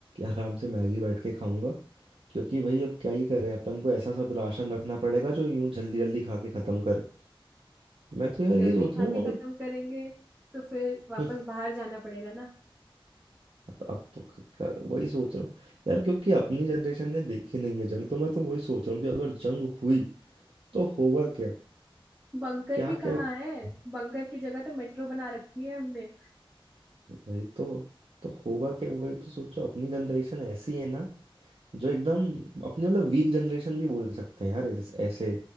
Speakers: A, on the right; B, on the right.
A: आराम से मैगी बैठ के खाऊंगा क्योंकि भाई अब क्या ही करें अपन को ऐसा सब राशन रखना पड़ेगा जो यूं जल्दी जल्दी खा के खत्म करे मैं तो यार
B: जल्दी
A: ये सोच
B: खा
A: रहा
B: के
A: हूँ
B: खत्म
A: अगर
B: करेंगे तो फिर वापस
A: <laughs>
B: बाहर जाना पड़ेगा ना
A: तो अब तो क- क- वही सोच रहा हूँ यार क्योंकि अपनी जनरेशन ने देखी नहीं है जंग तो मैं तो वही सोच रहा हूँ कि अगर जंग हुई तो होगा क्या
B: बंकर
A: क्या
B: भी कहाँ
A: क्या <laughs>
B: है बंकर की जगह तो मेट्रो बना रखी है हमने
A: वही तो तो होगा क्या वही तो सोचो अपनी जनरेशन ऐसी है ना जो एकदम अपनी मतलब वीक जनरेशन भी बोल सकते हैं यार ऐसे, ऐसे